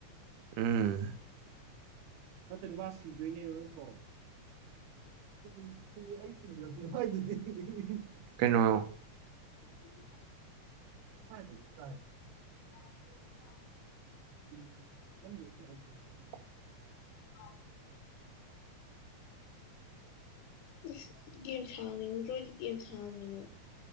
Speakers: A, on the right; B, on the left.
A: ꯎꯝ ꯅꯠꯇꯗꯤ ꯃꯥ ꯁꯤꯗꯣꯏꯅꯦꯕ ꯇꯠꯇ꯭ꯔꯣ <unintelligible> ꯀꯩꯅꯣ
B: <inaudible>
A: <unintelligible>
B: <unintelligible>
A: <inaudible>
B: <unintelligible> ꯏꯁ ꯒꯦꯝ ꯁꯥꯅꯤꯡꯗ꯭ꯔꯣ ꯑꯗꯨꯗꯤ ꯌꯥꯝ ꯁꯥꯟꯅꯅꯤꯡꯉꯦ